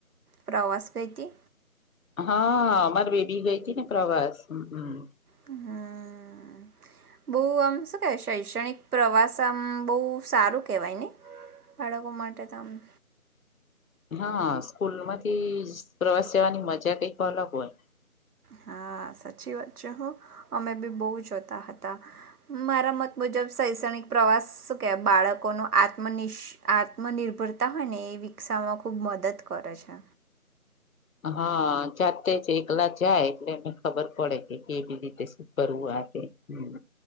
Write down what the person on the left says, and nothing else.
હા અમાર બેબી ગઈ તી ને પ્રવાસ. હમ્મ-હમ્મ.
હા સ્કૂલમાંથી પ્રવાસ જવાની મજા કઈક અલગ હોય
હા જાતે જ એકલા જાય એટલે એને ખબર પડે કે કેવી રીતે શું કરવુંય રાી હમ